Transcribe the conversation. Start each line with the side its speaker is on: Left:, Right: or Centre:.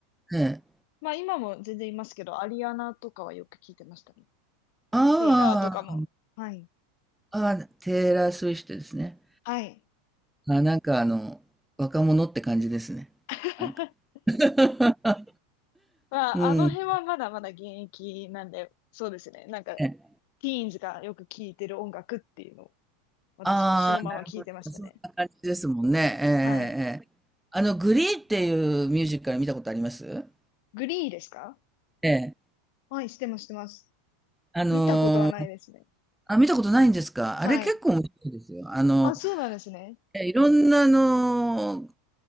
Centre: ええ。
Left: まあ今も全然いますけど、アリアナとかはよく聞いてましたね。
Centre: あ
Left: テイラーとかも。はい。
Centre: あ、ああ、テイラー・スウィフトですね。
Left: はい。
Centre: あ、なんかあの、若者って感じですね。
Left: <laughs>
Centre: なんか <laughs>
Left: まあ、
Centre: うん。
Left: あの辺はまだまだ現役なんで、そうですね。なんか、テ
Centre: ええ、
Left: ィーンズがよく聴いてる音楽っていうのを、私もそのまま聴いてましたね。
Centre: ああ、なるほど。そんな感じですもんね。ええ、ええ。
Left: はい。
Centre: ええあの、グリーっていうミュージカル見たことあります
Left: グリーですか
Centre: ええ。
Left: はい、してます、してます。
Centre: あのー
Left: 見たことはないですね。
Centre: あ、見たことないんですかあれ結構面白いですよ。
Left: はい。
Centre: あの、
Left: あ、そうなんですね。
Centre: えいろんなあの